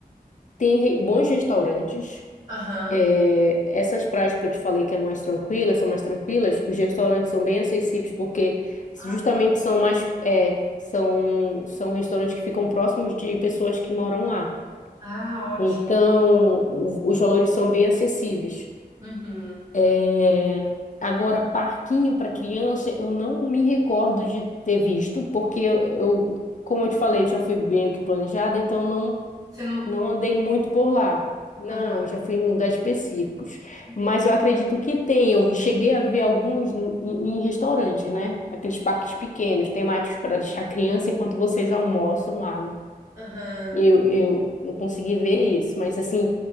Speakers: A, on the left; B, on the right.
A: Tem re- bons restaurantes.
B: Aham.
A: É, essas praias que eu te falei que é mais tranquilas, são mais tranquilas, os restaurantes são bem acessíveis porque
B: Ah,
A: justamente
B: tá.
A: são mais, é, são, são restaurantes que ficam próximos de pessoas que moram lá.
B: ah, ótimo.
A: Então, o- os valores são bem acessíveis.
B: Uhum.
A: É, agora, parquinho para criança, eu não me recordo de ter visto, porque eu, eu- como eu te falei, eu já fui meio que planejada, então não
B: Você não.
A: não andei muito por lá. Não,
B: Aham.
A: eu já fui em lugares específicos.
B: Entendi.
A: Mas eu acredito que tem. Eu cheguei a ver alguns em, em restaurantes, né? Aqueles parques pequenos, temáticos para deixar criança enquanto vocês almoçam lá, né?
B: Aham.
A: Eu, eu, eu consegui ver isso. Mas, assim,